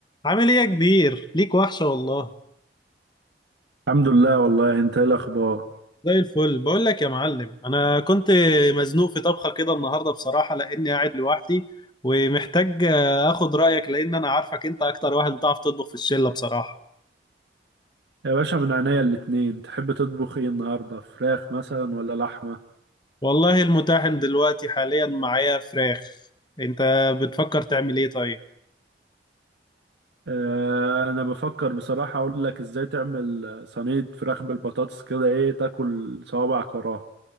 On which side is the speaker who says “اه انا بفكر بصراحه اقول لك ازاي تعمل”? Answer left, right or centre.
Right